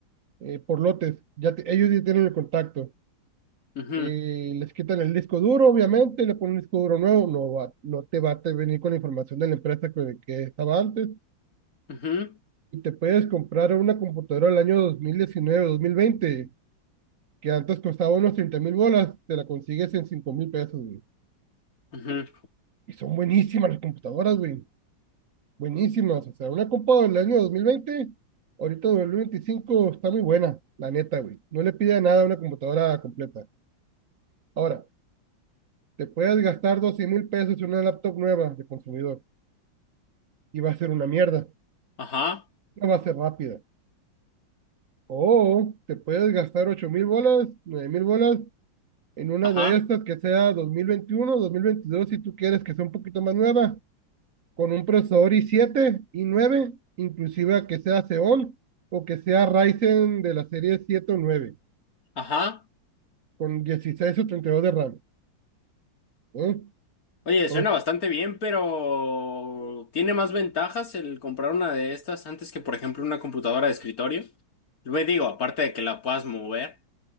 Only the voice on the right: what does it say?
eh, por lotes. Ya te- ellos ya tienen el contacto.
eh, les quitan el disco duro, obviamente, le ponen un disco duro nuevo, no va, no te va a te venir con la información de la empresa que, que estaba antes,
y te puedes comprar una computadora del año dos dos mil diecinueve dos mil veinte que antes costaba unos 30 mil bolas, te la consigues en 5 mil pesos, güey.
Y son buenísimas las computadoras, güey, buenísimas, o sea, una computadora del año 2020, ahorita 2025 está muy buena, la neta, güey, no le pide nada a una computadora completa. Ahora, te puedes gastar 12 mil pesos en una laptop nueva de consumidor y va a ser una mierda.
No va a ser rápida. O te puedes gastar 8 mil bolas, 9 mil bolas en una
de estas que sea dos dos mil veintiuno dos mil veintidós si tú quieres que sea un poquito más nueva, con un procesador i siete i nueve inclusive que sea Xeon o que sea Ryzen de la serie 7 o 9
con 16 o 32 de RAM. ¿eh?
Por
ocho-